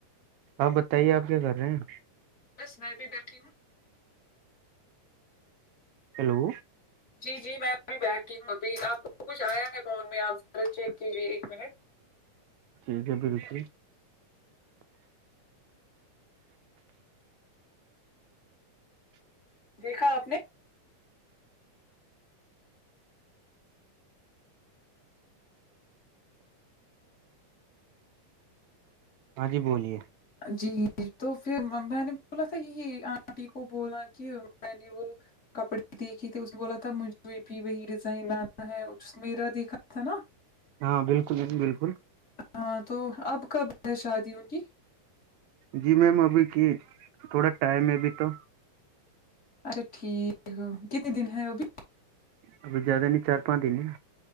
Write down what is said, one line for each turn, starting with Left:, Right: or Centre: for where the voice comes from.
Right: آپ بتائیے آپ کیا کر رہے ہیں
Left: بس میں بھی بیٹھی ہوں
Right: ہیلو
Left: جی جی میں ابھی بیٹھتی ہوں ابھی آپ کچھ آیا ہے فون میں آپ ذرا چیک کیجیے ایک منٹ
Right: ٹھیک ہے پیر جی
Left: دیکھا آپ نے
Right: ہاں جی بولیے
Left: جی تو پھر میں نے بولا تھا یہ آنٹی کو بولا کہ میں نے وہ کپڑے دیکھے تھے اس نے بولا تھا مجھے بھی وہی ڈیزائن آنا ہے میرا دیکھا تھا نا
Right: ہاں بالکل بالکل
Left: ہاں تو اب کب ہے شادی ان کی
Right: جی میم ابھی کی تھوڑا ٹائم ہے ابھی تو
Left: اچھا ٹھیک ہو کتنے دن ہے وہ بھی
Right: ابھی زیادہ نہیں چار پانچ دن ہیں